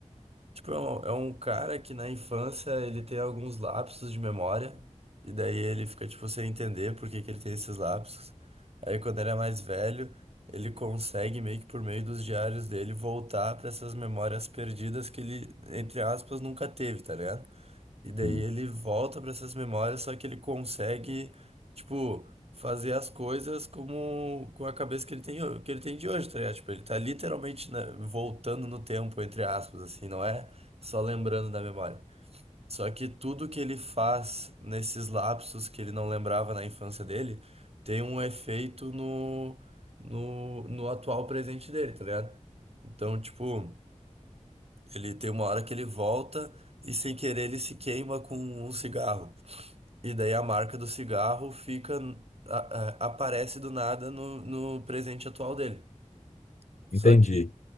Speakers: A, on the right; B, on the left.
A: Tipo, é um, é um cara que na infância ele tem alguns lapsos de memória, e daí ele fica, tipo, sem entender por que que ele tem esses lapsos. Aí quando ele é mais velho, ele consegue, meio que por meio dos diários dele, voltar para essas memórias perdidas que ele, entre aspas, nunca teve, tá ligado?
B: <laughs>
A: E daí
B: Sim.
A: ele volta para essas memórias, só que ele consegue, tipo, fazer as coisas como com a cabeça que ele tem, ho- que ele tem de hoje, tá ligado? Tipo, ele tá literalmente, né, voltando no tempo, entre aspas, assim, não é só lembrando da memória. Só que tudo que ele faz nesses lapsos que ele não lembrava na infância dele tem um efeito no, no, no atual presente dele, tá ligado? Então, tipo. Ele tem uma hora que ele volta e sem querer ele se queima com um cigarro. E daí a marca do cigarro fica a- a- aparece do nada no, no presente atual dele. Só
B: entendi.
A: que